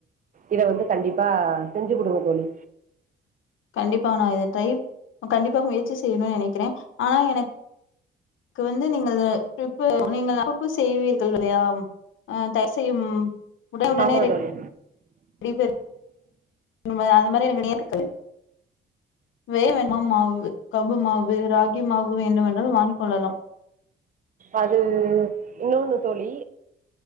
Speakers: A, on the right (about 40°); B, on the left (about 80°).
A: இத வந்து கண்டிப்பா செஞ்சி குடுங்க தோழி
B: கண்டிப்பா நா இத ட்ரை கண்டிப்பா முயற்சி செய்யனும் நெனைக்கிறேன் ஆனா எனக்கு வந்து நீங்கள் நீங்கள் அப்பப்போ செய்வீர்கள் இல்லையா தயார் செய்யும் உட உடனே
A: ஆமாம் தோழி
B: <inaudible> அது மாரி எனக்கு <unintelligible> வே வேணும்மாவு கபு மாவு ராகி மாவு வேண்டும் வாங்கிக் கொள்ளலாம்
A: அது இன்னொன்னு தோழி